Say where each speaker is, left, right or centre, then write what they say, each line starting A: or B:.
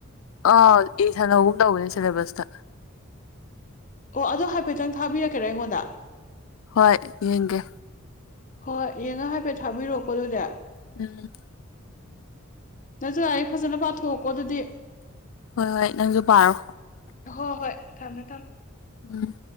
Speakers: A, on the left (about 70°); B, on the left (about 40°).
A: ꯑ ꯢꯁꯟꯍꯧꯒꯨꯝ ꯇꯧꯕꯅꯦ ꯁꯤꯂꯦꯕꯁꯇ
B: ꯑꯣ ꯑꯗꯣ ꯍꯥꯏꯐꯦꯠꯇꯪ ꯊꯥꯕꯤꯔꯛꯀꯦꯔꯥ ꯑꯩꯉꯣꯟꯗ
A: ꯍꯣꯏ ꯌꯦꯡꯒꯦ
B: ꯍꯣꯏ ꯌꯦꯡꯉꯣ ꯍꯥꯏꯐꯦꯠ ꯊꯥꯕꯤꯔꯛꯑꯣꯀꯣ ꯑꯗꯨꯗꯤ
A: ꯅꯪꯅ
B: ꯅꯖꯨ ꯂꯥꯏꯔꯤꯛ ꯐꯖꯅ ꯄꯥꯊꯣꯛꯑꯣꯀꯣ ꯑꯗꯨꯗꯤ
A: ꯍꯣꯏ ꯍꯣꯏ ꯅꯪꯖꯨ ꯄꯥꯔꯣ
B: ꯍꯣꯏ ꯍꯣꯏ ꯊꯝꯃꯦ ꯊꯝꯃꯦ
A: ꯎꯝ